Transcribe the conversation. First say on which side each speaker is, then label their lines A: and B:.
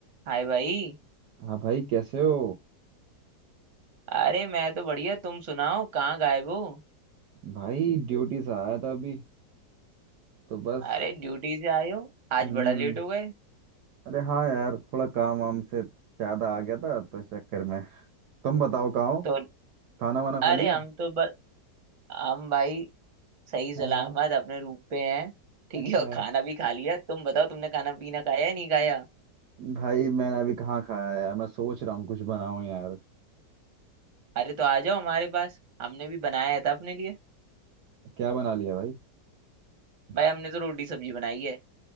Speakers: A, on the right; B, on the right.
A: हाय भाई
B: हाँ भाई कैसे हो
A: अरे मैं तो बढ़िया तुम सुनाओ कहाँ गायब हो
B: भाई ड्यूटी से आया था अभी तो बस
A: अरे ड्यूटी से आए हो आज
B: हम्म
A: बड़ा लेट हो गए
B: अरे हाँ यार थोड़ा काम वाम से ज्यादा आ गया था तो इस चक्कर में तुम बताओ कहाँ हो
A: तो
B: खाना वाना खा
A: अरे
B: लिया
A: हम तो बस हम भाई सही सलामत
B: हाँ
A: अपने रूम पे हैं ठीक
B: अच्छा
A: है और खाना भी खा लिया तुम बताओ तुमने खाना पीना खाया या नहीं खाया
B: भाई मैंने अभी कहाँ खाया यार मैं सोच रहा हूँ कुछ बनाऊं यार
A: अरे तो आ जाओ हमारे पास हमने भी बनाया था अपने लिए
B: क्या बना लिया भाई
A: भाई हमने तो रोटी सब्जी बनाई है